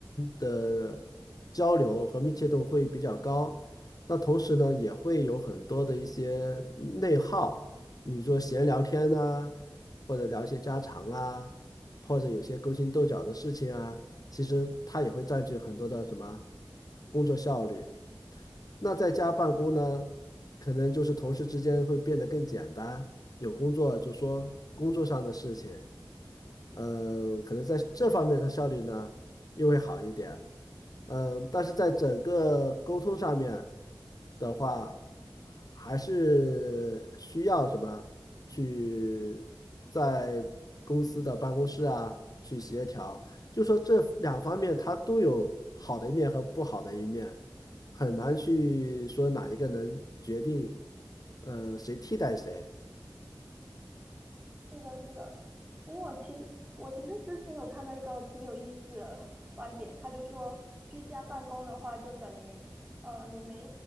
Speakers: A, on the left (about 50°); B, on the right (about 25°).
A: 的交流和密切度会比较高。那同时呢，也会有很多的一些内耗，你说闲聊天呐、或者聊一些家常啊，或者有些勾心斗角的事情啊，其实它也会占据很多的什么工作效率。那在家办公呢，可能就是同事之间会变得更简单，有工作就说工作上的事情，嗯，可能在这方面它效率呢又会好一点，嗯，但是在整个沟通上面的话，还还是需要什么去在公司的办公室啊去协调，就说这两方面它都有好的一面和不好的一面。很难去说哪一个能决定，呃，谁替代谁。
B: 是的，是的，因为我其我其实之前有看到一个挺有意思的观点，他就说居家办公的话，就等于呃你没